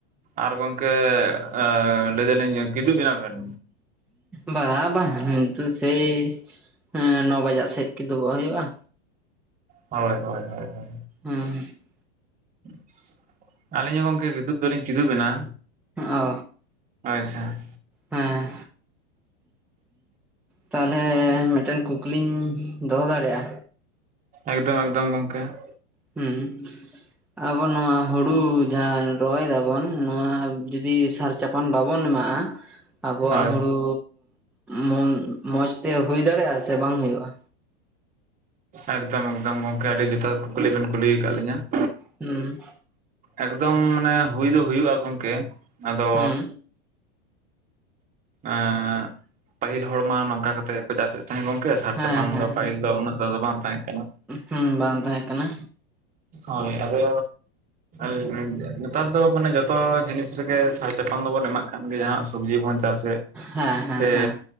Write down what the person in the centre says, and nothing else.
ᱵᱟᱝ ᱵᱟᱝ ᱱᱤᱛᱚᱜ ᱥᱮᱭᱻ ᱦᱮᱸ ᱱᱚ ᱵᱟᱡᱟᱜ ᱥᱮᱜ ᱠᱤᱝᱩᱵᱚᱜ ᱦᱩᱭᱩᱜ-ᱟ᱾
ᱦᱮᱸ
ᱚ
ᱦᱮᱸ, ᱛᱟᱦᱚᱞᱮ ᱢᱤᱫᱴᱮᱱ ᱠᱩᱠᱞᱤᱧ ᱫᱚᱦᱚ ᱫᱟᱲᱮᱜᱼᱟ?
ᱦᱩᱸ᱾ ᱟᱵᱚ ᱱᱚᱣᱟ ᱦᱩᱲᱩ ᱡᱟᱦᱟᱸ ᱨᱚᱦᱚᱭ ᱫᱟᱵᱚᱱ ᱱᱚᱣᱟ ᱡᱩᱫᱤ ᱥᱟᱨ ᱪᱟᱯᱟᱱ ᱵᱟᱵᱚᱱ ᱮᱢᱟᱜ-ᱟ, ᱟᱵᱚᱣᱟᱜ
ᱦᱩᱲᱩ ᱢᱚᱱ, ᱢᱚᱸᱡᱽ ᱛᱮ ᱦᱩᱭ ᱫᱟᱲᱮᱜᱼᱟ ᱥᱮ ᱵᱟᱝ ᱦᱩᱭᱩᱜᱼᱟ?
ᱦᱩᱸ᱾
ᱦᱩᱸ
ᱦᱮᱸ
ᱦᱮᱸ
ᱦᱩᱸ ᱵᱟᱝ ᱛᱟᱦᱮᱸ ᱠᱟᱱᱟ
ᱦᱮᱸ ᱦᱮᱸ
ᱦᱮᱸ